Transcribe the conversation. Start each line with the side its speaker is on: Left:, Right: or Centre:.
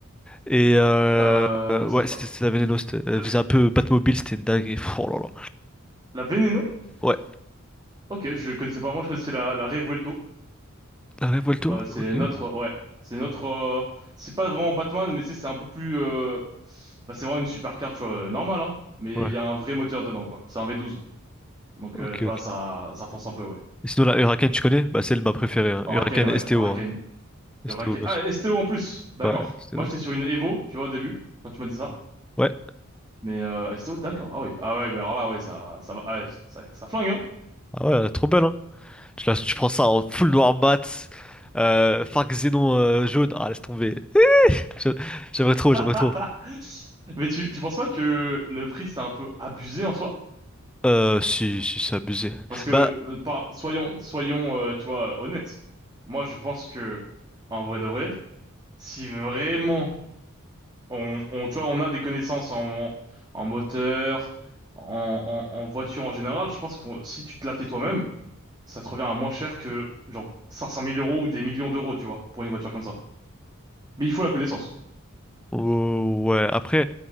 Centre: Et euh...
Right: Euh,
Centre: euh,
Right: c'était
Centre: ouais,
Right: pas...
Centre: c'était c'était la Veneno. C'était... Elle
Right: le-
Centre: faisait un peu Batmobile, c'était une dinguerie. <laughs> Pff, Oh là là.
Right: La Veneno?
Centre: Ouais.
Right: Ok, je connaissais pas. Moi, je connaissais la, la Revuelto.
Centre: La Revuelto?
Right: Euh, c'est
Centre: Ok.
Right: notre... Ouais, c'est notre... euh, C'est pas vraiment Batman, mais tu sais, c'est un peu plus... euh, Bah, c'est vraiment une supercar, tu vois, euh, normale, hein. Mais
Centre: Ouais.
Right: il y a un vrai moteur dedans, quoi. C'est un V12. Donc,
Centre: Ok,
Right: euh, tu
Centre: ok.
Right: vois, ça, ça fonce un peu, ouais.
Centre: Et sinon, la Huracan, tu connais? Bah, c'est elle, ma préférée. Hein.
Right: Oraken,
Centre: Huracan
Right: ouais.
Centre: STO.
Right: Oraken.
Centre: Hein. STO,
Right: Oraken.
Centre: gosse.
Right: Ah, STO en plus. D'accord.
Centre: Ouais, STO,
Right: Moi, j'étais
Centre: STO.
Right: sur une Evo, tu vois, au début, quand tu m'as dit ça.
Centre: Ouais.
Right: Mais euh, STO, d'accord. Ah oui. Ah ouais, bah alors là, ouais, ça, ça va. ah, ça, ça flingue, hein.
Centre: Ah ouais, elle est trop belle, hein. Tu, lâches- tu prends ça en full noir mat, euh, Farc Xénon euh, jaune. Ah, laisse tomber. Je- J'aimerais trop,
Right: <laughs>
Centre: j'aimerais trop.
Right: Mais tu, tu penses pas que le prix, c'est un peu abusé en soi?
Centre: Euh, si, si, c'est abusé.
Right: Parce que,
Centre: Bah,
Right: euh, pas, soyons, soyons, euh, tu vois, honnêtes. Moi, je pense que, en vrai de vrai, si vraiment on, on, tu vois, on a des connaissances en, en moteur, en, en, en voiture en général, je pense que si tu te la fais toi-même, ça te revient à moins cher que genre cinq cent mille euros ou des millions d'euros, tu vois, pour une voiture comme ça. Mais il faut la connaissance.
Centre: oh, ouais, après,